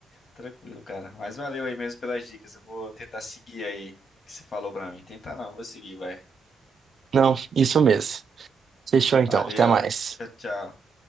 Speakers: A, on the left; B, on the right.
A: Tranquilo, cara. Mas valeu aí mesmo pelas dicas. Eu vou tentar seguir aí o que você falou pra mim. Tentar não, eu vou seguir, vai.
B: Não, isso mesmo. Fechou então,
A: Valeu.
B: até mais.
A: Tchau, tchau.